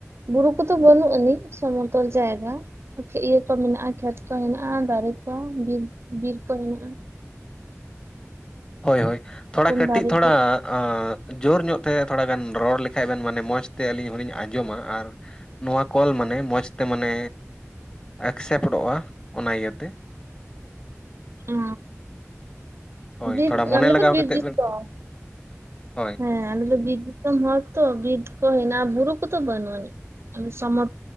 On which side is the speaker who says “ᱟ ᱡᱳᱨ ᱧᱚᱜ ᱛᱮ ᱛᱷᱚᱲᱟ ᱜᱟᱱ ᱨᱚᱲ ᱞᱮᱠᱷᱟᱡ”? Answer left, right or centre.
Left